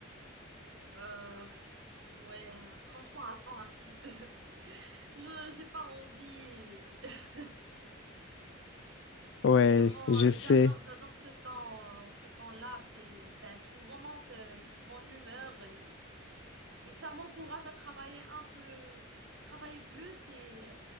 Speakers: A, on the right; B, on the left.
A: Euh, pff, ouais, franchement, attends un petit peu. <laughs> Je, j'ai pas envie. <laughs>
B: Ouais,
A: Vraiment,
B: je
A: euh,
B: sais.
A: j'adore, j'adore ce temps. hein. Ce temps-là, c'est, bah, tu me remontes euh, mon humeur et, et ça m'encourage à travailler un peu, travailler plus et, euh,